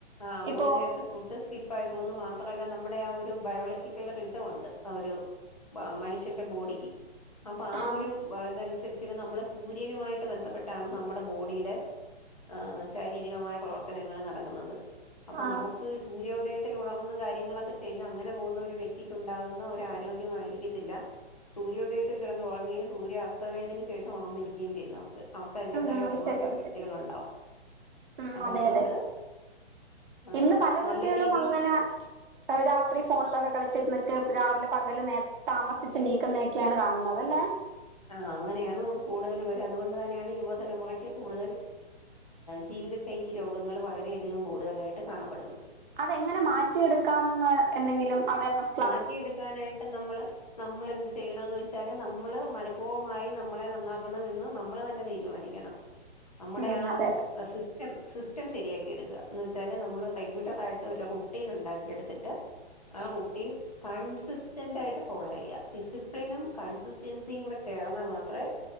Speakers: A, on the left; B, on the right.
A: ആഹ്
B: ഇപ്പോ
A: ഒരു നേരത്തെ ഫു ഫുഡ് സ്കിപ്പായി പോകുന്നു മാത്രല്ല നമ്മുടെ ആഹ് ഒരു ബയോളജിക്കൽ റിതംണ്ട് ആഹ് ഒരു വാ മനുഷ്യന്റെ ബോഡിക്ക് അപ്പൊ ആ
B: ആഹ്
A: ഒരു <unintelligible> നുസരിച്ചിട്ട നമ്മളെ സൂര്യനുമായിട്ട് ബന്ധപ്പെട്ടാണ് നമ്മുടെ ബോഡിടെ ആഹ് ശാരീരികമായ പ്രവർത്തനങ്ങൾ നടക്കുന്നത് അപ്പൊ
B: ആഹ്
A: നമുക്ക് സൂര്യോദയത്തിൽ ഉണർന്ന് കാര്യങ്ങളൊക്കെ ചെയ്ത് അങ്ങനെ പോകുന്ന ഒരു വ്യക്തിക്ക് ഉണ്ടാകുന്ന ഒരാരോഗ്യമായിരിക്കത്തില്ല സൂര്യോദയത്തിൽ കിടന്നുറങ്ങുകയും സൂര്യ അസ്തമയത്തിന് ശേഷം ഉണർന്നിരികയും ചെയ്യുന്നവർ അവർക്ക് അതിന്റേതായ
B: ഉം അത്
A: റിവേഴ്സ്
B: ശരിയാണ്
A: എഫക്റ്റുകൾണ്ടാവും
B: ശരി ഉം
A: അപ്പൊ
B: അതെ
A: അതുകൊണ്ട്
B: അതെ
A: ആ,
B: ഇന്ന് പല കുട്ടികളും
A: നല്ല രീതിയിൽ
B: അങ്ങന അവര് രാത്രി ഫോൺലൊക്കെ കളിച്ചിരുന്നിട്ട് രാവിലെ പകല് നേര താമസിച്ച് എണീക്കുന്നെക്യാണ് കാണ്ന്നത് ലേ
A: ആ അങ്ങനെണ് കൂട്തല് പേര് അതുകൊണ്ട് തന്നെണ് യുവതലമുറക്ക് കൂടുതല് ജീവിതശൈലി രോഗങ്ങള് വളരെയധികം കൂട്തലായിട്ട് കാണപ്പെട്ന്നത്
B: അതെങ്ങനെ മാറ്റിയെട്ക്കാംന്ന് എന്തെങ്കിലും അവേർനെസ്‌
A: മാറ്റിട്ക്കാനായിട്ട് നമ്മള് നമ്മളെന്ത് ചെയ്യണന്ന് വെച്ചാല് നമ്മള് മനഃപൂവ്വമായി നമ്മളെ നന്നാക്കണമെന്ന് നമ്മള് തന്നെ തീര്മാനിക്കണം
B: <inaudible>
A: അമ്മടെ ആ
B: അതെ അതെ
A: സിസ് സ്റ്റം സിസ്റ്റം ശെരിയാക്കി എട്ക്കാ ന്ന് ച്ചാല് നമ്മള് റെഗുലറായിട്ട് ഒരു റുട്ടീനുണ്ടാക്കിഎട്ത്തിട്ട് ആ റു ടിൻ കൺസിസ്റ്റന്റ്യിട്ട് ഫോളോയ്യ ഡിസിപ്ലിനും കൺസിസ്റ്റൻസി കൂടെ ചേർന്നാ മാത്രേ